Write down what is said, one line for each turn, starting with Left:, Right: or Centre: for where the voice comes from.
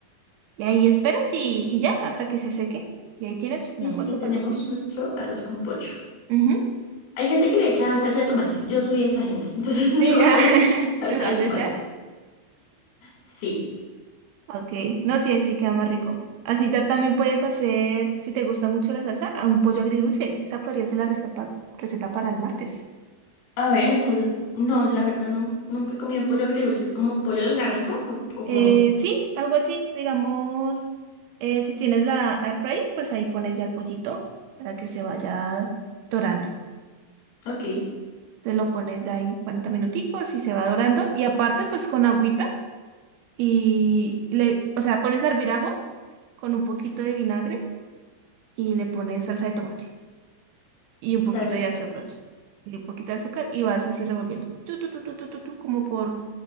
Right: Y ahí esperas y, y ya, hasta que se seque. Y ahí tienes el
Left: Y
Right: almuerzo
Left: ya tenemos
Right: para el lunes.
Left: nuestro arroz con pollo.
Right: Ujú.
Left: Hay gente que le echa salsa de tomate. Yo soy esa gente. Entonces
Right: Sí,
Left: <laughs> yo
Right: <laughs> ah,
Left: le voy a echar salsa
Right: ¿le vas
Left: de tomate.
Right: a echar?
Left: Sí.
Right: Ok, no, sí, así queda más rico. Así ya también puedes hacer, si te gusta mucho la salsa, a un pollo agridulce. Esa podría ser la receta, receta para el martes.
Left: A ver, entonces, no, la verdad nun- nunca he comido pollo agridulce. ¿Es como pollo a la naranja o, o
Right: Eh,
Left: cómo?
Right: sí, algo así, digamos, eh, si tienes la air fryer, pues ahí pones ya el pollito para que se vaya dorando.
Left: Ok,
Right: Te lo pones ahí 40 minuticos y se va dorando. Y aparte, pues con agüita. y le, o sea, pones a hervir agua con un poquito de vinagre y le pones salsa de tomate y un poquito
Left: salsa
Right: de
Left: de
Right: azúcar
Left: tomate.
Right: y un poquito de azúcar y vas así revolviendo. Tu, tu, tu, tu, tu, tu, tu, como por...